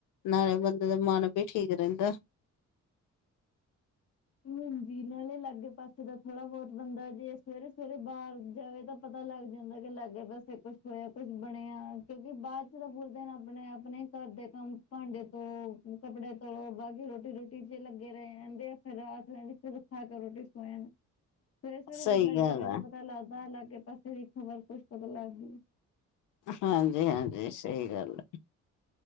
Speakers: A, on the left; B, on the left.
A: ਨਾਲੇ ਬੰਦੇ ਦਾ ਮਨ ਵੀ ਠੀਕ ਰਹਿੰਦਾ ਹੈ।
B: ਹਾਂਜੀ। ਨਾਲੇ ਲਾਗੇ ਪਾਸੇ ਦਾ ਥੋੜਾ ਬਹੁਤ ਬੰਦਾ ਜੇ ਸਵੇਰੇ- ਸਵੇਰੇ ਬਾਹਰ ਜਾਵੇ ਤਾਂ। ਪਤਾ ਲੱਗ ਜਾਂਦਾ ਕਿ ਲਾਗੇ ਪਾਸੇ ਕੁਛ ਹੋਇਆ, ਕੁਛ ਬਣਿਆ। ਕਿਉਂਕਿ ਬਾਅਦ 'ਚ ਤਾਂ ਬੋਲਦੇ ਨੇ ਆਪਣੇ- ਆਪਣੇ ਘਰ ਦੇ ਕੰਮ ਭਾਂਡੇ ਧੋਣ, ਕੱਪੜੇ ਧੋ ਬਾਅਦ 'ਚ ਰੋਟੀ- ਰੋਟੀ ਤੇ ਲੱਗੇ ਰਹੇ ਜਾਂਦੇ ਆ। ਫਿਰ ਰਾਤ ਰਹਿੰਦੀ ਫਿਰ ਖਾ ਕੇ ਰੋਟੀ ਸੌ ਜਾਣਾ। ਸਵੇਰੇ -ਸਵੇਰੇ
A: ਸਹੀ
B: ਬੰਦਾ
A: ਗੱਲ
B: ਜਾਵੇ
A: ਆ
B: ਤਾਂ। ਪਤਾ ਲੱਗਦਾ ਆ ਲਾਗੇ, ਪਾਸੇ ਦੀ ਖਬਰ ਕੁੱਛ ਪਤਾ ਲੱਗਦੀ ਹੈ।
A: ਹਾਂਜੀ- ਹਾਂਜੀ। ਸਹੀ ਗੱਲ ਹੈ।